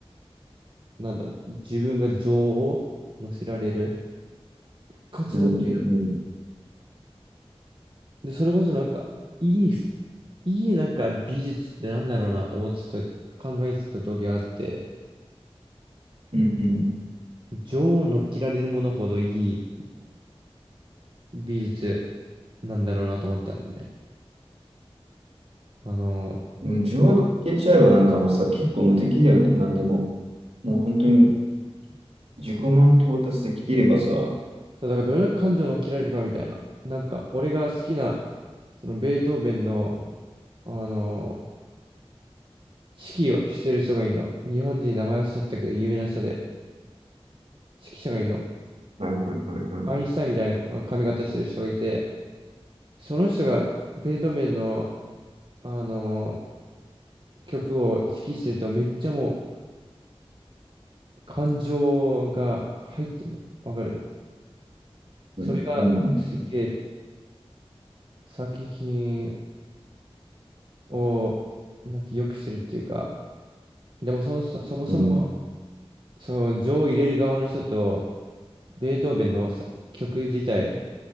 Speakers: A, on the right; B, on the right.
A: なんだ、自分が情を乗せられる活動っていうのは
B: うんうん
A: で、それこそなんか、いい、いいなんか美術ってなんだろうなと思ってた、考えてた時があって、
B: うん
A: 女王を乗っ切られるものほどいい美術なんだろうなと思ったんだよね。あの、
B: うん上抜けちゃえばなんかもさ結構無敵だよねなんでももう本当に自己満達達できればさは
A: たそう、だからどれだけ感情を乗っ切られるかみたいな。なんか、俺が好きな、そのベートーベンの、あの、指揮をしてる人がいるの。日本人名前忘れちゃったけど、有名な人で、指揮者がいるの。
B: いはいはいはい
A: アインシュタインみたいな髪型してる人がいて、その人がベートーベンの、あの曲を指揮してるとめっちゃもう感情が入ってんの。わかるそれがなんかすっげえ
B: うんうん
A: 作品をなんて良くしてるっていうか、でもそもそ、そもそも
B: うん
A: その情を入れる側の人とベートーベンのさ曲自体